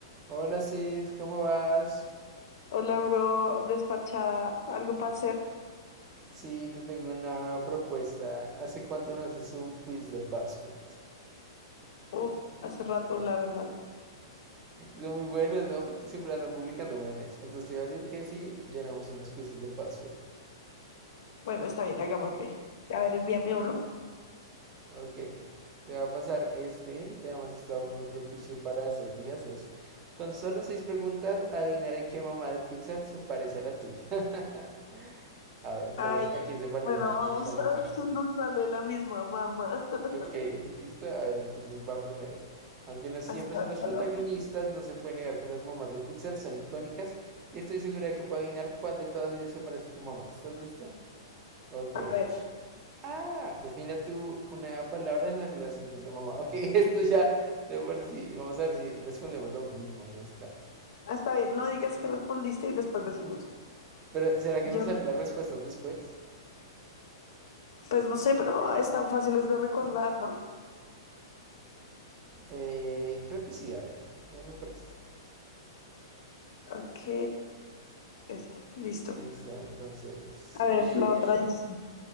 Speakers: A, on the right (about 25°); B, on the left (about 70°).
A: Hola Sis, ¿cómo vas?
B: Hola, bro, despachada. ¿Algo para hacer?
A: Sí, te tengo una propuesta. ¿Hace cuánto no haces un quiz de BuzzFeed?
B: Uf, hace rato, la verdad.
A: Son muy buenos, ¿no? Porque siempre andan publicando memes. Entonces te iba a decir que sí, llenamos unos quizzes de BuzzFeed.
B: Bueno, está bien, hagámosle. A ver, envíame uno.
A: Ok, te va a pasar este, que además está muy propicio para estos días. Es, con solo seis preguntas, adivinaré qué mamá de Pixar se parece a la tuya. <laughs> A ver,
B: Ay,
A: ¿cómo, a quién se parece
B: bueno, vamos
A: nuestra mamá?
B: a ver si nos sale la misma mamá. <laughs>
A: Ok, listo. A ver, entonces va primero. Aunque no siempre
B: Hasta,
A: son
B: hasta
A: las protagonistas,
B: la- mamá.
A: no se puede negar que las mamás de Pixar son icónicas y estoy segura de que puedo adivinar cuál de todas ellas se parece a tu mamá. ¿Estás lista? Ok.
B: a ver,
A: Ah, defina tú una palabra en la relación con tu mamá. Ok, <laughs> esto ya de por sí. Vamos a ver si respondemos lo mismo en esta.
B: ah, está bien, no digas que respondiste y después decimos.
A: Pero, ¿será que
B: Yo,
A: nos salen las respuestas después?
B: pues no sé, pero están fáciles de recordar, ¿no?
A: Eh, creo que sí, a ver. Bueno, por esta.
B: Ok, está, listo.
A: Listo, entonces.
B: A ver,
A: Le...
B: la otra
A: <laughs>
B: dice.